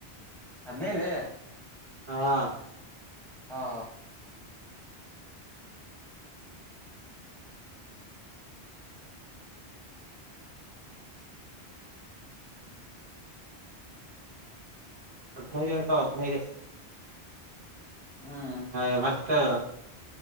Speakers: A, in the centre; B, on the right (about 55°).
A: ಹದನೈದು
B: ಹಾ
A: ಹಾ
B: ಹದನೈದು ಇರ್ತಾವ ಹದನೈದು
A: ಹ್ಮ್
B: ಹ ಮತ್ತೆ